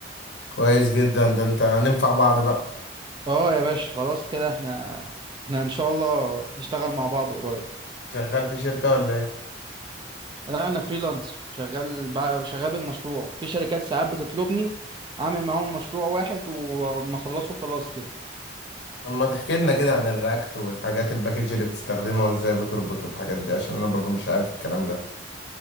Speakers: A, on the left; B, on the right.
A: كويس جدا ده انت هننفع بعض بقى
B: اه يا باشا خلاص كده احنا احنا ان شاء الله نشتغل مع بعض قريب
A: شغال في شركه ولا ايه
B: لا انا فريلانسر شغال ب- شغال بالمشروع في شركات ساعات بتطلبني اعمل معاهم مشروع واحد وما اخلصه خلاص كده
A: طب ما تحكي لنا كده عن الرياكت والحاجات الباكج اللي بتستخدمها وازاي بتربط والحاجات دي عشان انا برضو مش عارف الكلام ده